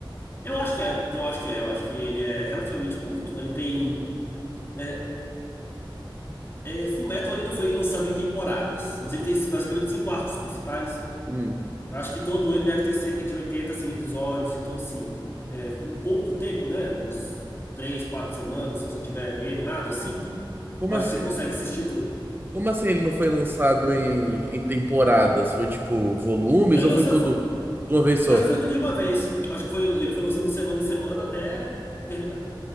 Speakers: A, on the left; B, on the right.
A: Eu acho que é, eu acho que é, eu acho que ele é relativamente curto, ele tem. É, é, Fullmetal ele não foi lançado em temporadas, mas ele tem basicamente cinco arcos principais.
B: Hum.
A: Eu acho que todo ele deve ter cerca de 80, assim, episódios. Então, assim, é, um pouco tempo, né? Uns três, quatro semanas, se você tiver bem animado, assim,
B: Como
A: eu acho
B: assim?
A: que você consegue assistir tudo.
B: Como assim ele não foi lançado em, em temporadas? Foi tipo volumes
A: Ele
B: ou
A: lançou,
B: foi tudo
A: fo-
B: de uma vez
A: acho
B: só?
A: que foi tudo de uma vez. Acho que foi, ele foi lançando de semana em semana até terminar.